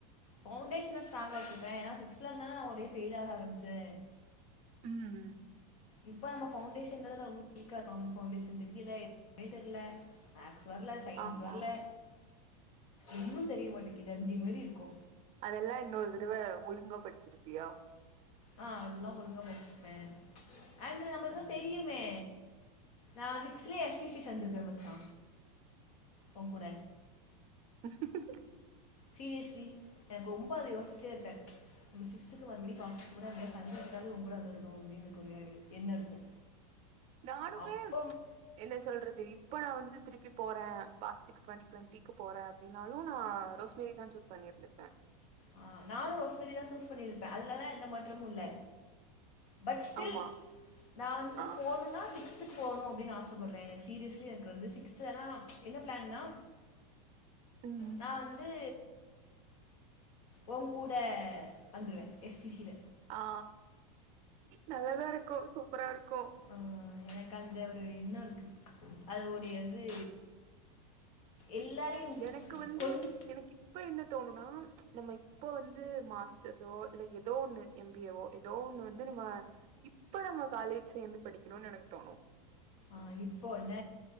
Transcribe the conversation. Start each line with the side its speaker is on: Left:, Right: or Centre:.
Left: ஃவுண்டேஷன ஸ்ட்ராங்காக்கிப்பே ஏனா சிகஸ்த்ல இருந்துதான நா ஒரே ஃப்யில்லாக ஆரமிச்சே
Right: உம்
Left: இப்ப நம்ம பவுண்டேஷன்ல தன ரொம்போ வீக்கா இருக்கோ பவுண்டேஷன் தெரியல எதுமே தெரில மேக்ஸ் வரல சயின்ஸ்
Right: ஆமா
Left: வரல ஒன்னு தெரிய மாட்டேக்குது தத்தி மாரி இருக்கோ
Right: அதெல்லா இன்னொரு தடவ ஒழுங்கா படிச்சிருப்பியா
Left: ஆ அதெல்லா ஒழுங்கா படிச்சுப்பே ம்ச் அண்டு நம்மளுக்குதா
Right: ம்
Left: தெரியுமே நா சிக்ஸ்துலேயே எஸ் டி சி சேந்திருப்பே மச்சா உன் கூட
Right: ஹ <unintelligible>
Left: சீரியஸ்லி எனக்கு ரொம்ப அத யோசிட்டே இருப்பே ம்ச் நம்ம சிக்ஸ்துக்கு மறுபடியு <unintelligible> உன் கூட சண்ட போட்டாவது ஊன் கூட வந்துருப்பே உன் டீம்மு ஒரு என்ன இருக்கு
Right: நானுமே
Left: அப்ப
Right: என்ன சொல்றது இப்ப நா வந்து திருப்பி போறே பாஸ்த் டுவென்டி டுவெண்டிக்கு போற அப்படின்னாலு நா ரோஸ்மேரி தா சூஸ் பண்ணிருந்துருப்பே
Left: ஆ நானு ரோஷ்மெரிதா சூஸ் பண்ணியிருப்பே அதுலெல்லா எந்த மாற்றமு இல்ல பட் ஸ்டில்
Right: ஆமா
Left: நா வந்து
Right: ஆ
Left: போணுனா சிக்ஸ் சிக்ஸ்த்து போணுனு அப்டின்னு ஆசைப்படுறே எனக்கு சீரியஸ்லி எனக்கு வந்து சிக்ஸ்த்தான என்ன பிளான்னா
Right: ம்
Left: நா வந்து உ கூட வந்துருவே எஸ் டி சில
Right: ஆ நல்லாதா இருக்கு சூப்பரா இருக்கு
Left: ஆ எனக்கு அந்த ஒரு என்னோ இருக்கு அது ஒருயது எல்லாரையு
Right: எனக்கு வந்து
Left: கொண்டு
Right: எனக்கு இப்ப என்ன தோணுனா ம்ச் நம்ம இப்ப வந்து மாஸ்டர்ரோ இல்ல ஏதோ ஒண்ணு எம் பி ஏ வோ ஏதோ ஒண்ணு வந்து நம்ம இப்ப நம்ம காலேஜ் சேர்ந்து படிக்கணுண்ணு எனக்கு தோணு
Left: ஆ இப்போ என்ன